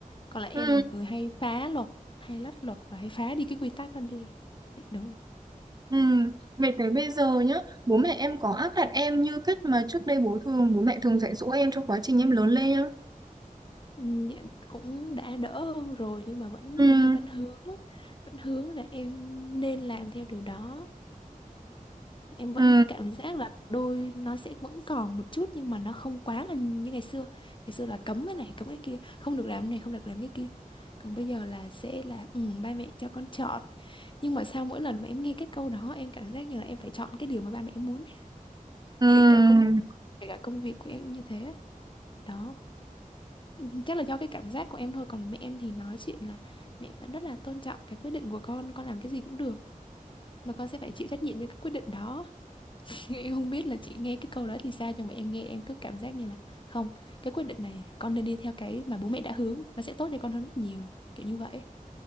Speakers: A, on the left; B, on the right.
A: còn lại
B: ừ,
A: em là một người hay phá luật hay lách luật và hay phá đi cái quy tắc đó đi Dạ, đúng rồi
B: ừ. Về tới bây giờ nhá, bố mẹ em có áp đặt em như cách mà trước đây bố thường, bố mẹ thường dạy dỗ em trong quá trình em lớn lên nhá.
A: Ừ, dạ, cũng đã đỡ hơn rồi nhưng mà vẫn
B: Ừ,
A: nhiều khi vẫn hướng á, vẫn hướng là em nên làm theo điều đó em vẫn
B: ừ,
A: cảm giác là đôi nó sẽ vẫn còn một chút nhưng mà nó không quá là như ngày xưa ngày xưa là cấm cái này cấm cái kia không được làm cái này không được làm cái kia còn bây giờ là sẽ là ừ, ba mẹ cho con chọn nhưng mà sao mỗi lần mà em nghe cái câu đó em cảm giác như là em phải chọn cái điều mà ba mẹ em muốn ấy.
B: ừ,
A: kể cả công kể cả công việc của em cũng như thế ấy. đó Ừ, chắc là do cái cảm giác của em thôi còn mẹ em thì nói chuyện là mẹ vẫn rất là tôn trọng cái quyết định của con con làm cái gì cũng được mà con sẽ phải chịu trách nhiệm cho cái quyết định đó Em không biết là chị nghe cái câu đó thì sao nhưng mà em nghe em cứ cảm giác như là không, cái quyết định này con nên đi theo cái mà bố mẹ đã hướng nó sẽ tốt cho con hơn rất là nhiều, kiểu như vậy.